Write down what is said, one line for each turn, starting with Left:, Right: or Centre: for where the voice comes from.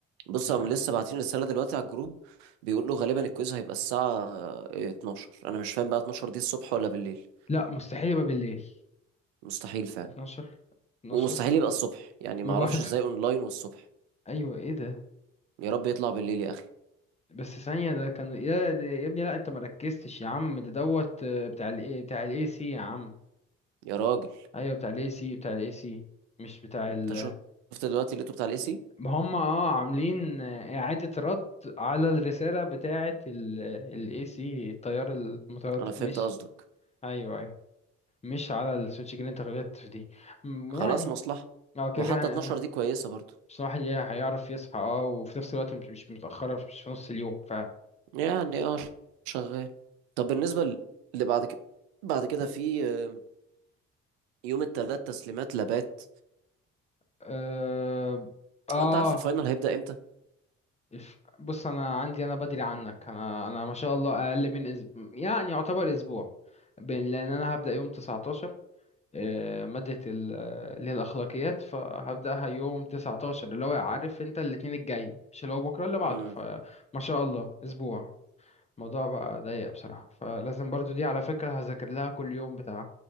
Right: بص
Left: مش
Right: هم
Left: عارف
Right: لسه باعتين رساله دلوقتي على الجروب بيقولوا غالبا الكويز هيبقى الساعه آه، 12 انا مش فاهم بقى 12 دي الصبح ولا بالليل
Left: لا مستحيل يبقى بالليل
Right: مستحيل فعلا
Left: 12 12
Right: ومستحيل يبقى الصبح يعني
Left: ما
Right: ما
Left: برضه
Right: اعرفش ازاي اونلاين والصبح
Left: <laughs> ايوه ايه ده
Right: يا رب يطلع بالليل يا اخي
Left: بس ثانية ده كان يا ده- يا ابني لا انت مركزتش يا عم ده دوت آه، بتاع ال بتاع الاي سي يا عم
Right: يا راجل
Left: ايوه بتاع الاي سي بتاع الاي سي مش بتاع
Right: انت
Left: ال
Right: شفت دلوقتي اللي بتاع الاي سي
Left: هم اه عاملين إعادة رد على الرسالة بتاعة ال ال AC التيار المتردد
Right: انا فهمت
Left: مش
Right: قصدك
Left: أيوه أيوه مش على السويتش جرين انت غلطت في دي م-
Right: خلاص
Left: يعني
Right: مصلحة
Left: اه كده
Right: وحتى
Left: كده هن-
Right: 12
Left: آه،
Right: دي كويسة برضو
Left: مش الواحد هي- هيعرف يصحى اه وفي نفس الوقت مش مش متأخرة مش في نص اليوم ف
Right: يعني اه شغال طب بالنسبة ل- اللي بعد كده بعد كده في آه، يوم التلات تسليمات لابات
Left: اه آه،
Right: هو انت عارف الفاينل هيبدأ امتى
Left: الف- بص أنا عندي أنا بدري عنك أنا أنا ما شاء الله أقل من أسبوع يعني يعتبر أسبوع بين- لأن أنا هبدأ يوم 19 آه، مادة ال- آه، اللي هي الأخلاقيات فهبدأها يوم 19 اللي هو عارف أنت الاتنين الجاي مش اللي هو بكرة اللي بعده
Right: امم
Left: فما شاء الله أسبوع الموضوع بقى ضيق بصراحة فلازم برضو دي على فكرة هذاكر لها كل يوم بتاع